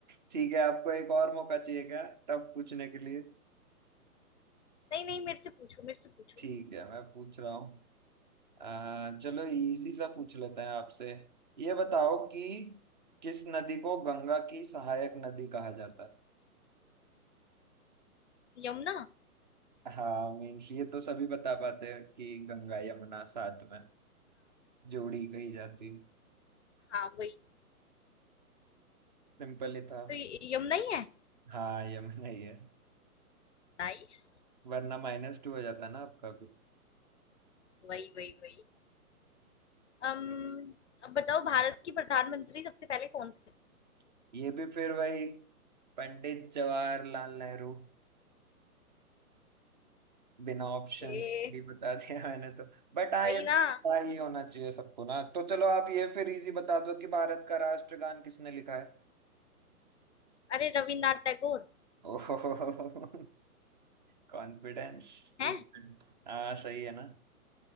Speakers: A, on the right; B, on the left.
A: ठीक है आपको एक और मौका चाहिए क्या टफ पूछने के लिए
B: नहीं नहीं मेरे से पूछो मेरे से पूछो
A: ठीक है मैं पूछ रहा हूँ आ, चलो इसी सा पूछ लेते हैं आपसे ये बताओ कि किस नदी को गंगा की सहायक नदी कहा जाता
B: यमुना
A: है हाँ मीन्स ये तो सभी बता पाते हैं कि गंगा यमुना साथ में जोड़ी कही जाती है
B: हाँ वही
A: सिंपल ही था
B: तो ये- यमुना ही है
A: हाँ यमुना ही है
B: नाइस
A: वरना माइनस टू हो जाता ना आपका भी
B: वही वही वही अम्म अब बताओ भारत की प्रधानमंत्री सबसे पहले कौन
A: <laughs> ये भी फिर वही पंडित जवाहरलाल नेहरू बिना ऑप्शंस
B: थे
A: के ही बता दिया मैंने तो बट हाँ
B: वही
A: ये तो
B: ना
A: पता ही होना चाहिए सबको ना तो चलो आप ये फिर इजी बता दो कि भारत का राष्ट्रगान किसने लिखा है
B: अरे रविन्द्रनाथ टैगोर
A: <laughs> ओहो कॉन्फिडेंस ठीक
B: हैं
A: है हाँ सही है ना